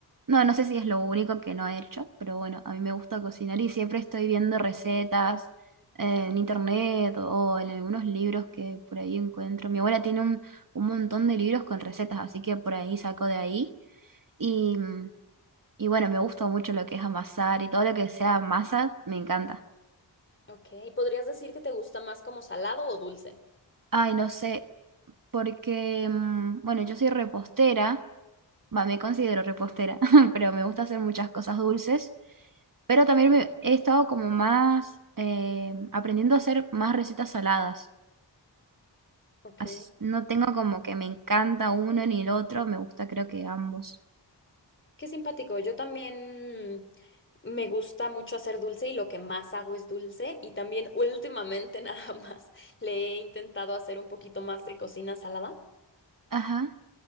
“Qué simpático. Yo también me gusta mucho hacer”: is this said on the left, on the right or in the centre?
Left